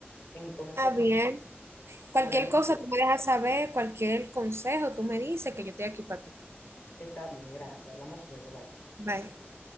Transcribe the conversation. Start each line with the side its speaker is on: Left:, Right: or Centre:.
Left: Entonces,
Right: Está bien. Cualquier
Left: hablamos
Right: cosa
Left: luego.
Right: tú me dejas saber, cualquier consejo tú me dices que yo estoy aquí para ti.
Left: Está bien, gracias. Hablamos luego, bye.
Right: Bye.